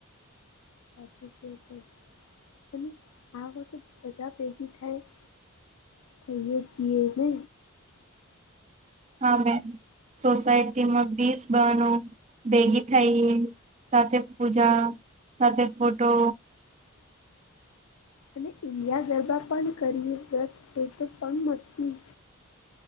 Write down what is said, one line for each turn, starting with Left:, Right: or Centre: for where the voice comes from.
Left: સાચું કહેશો અને આ વખત બધા ભેગી થાય. તોયએ જીએ ને.
Right: હા બેન સોસાયટીમાં બીસ બાનો ભેગી થઈ સાથે પૂજા સાથે ફોટો
Left: અને ઇન્ડિયા જેવા પણ કરીએ એ તો કમ મસ્તી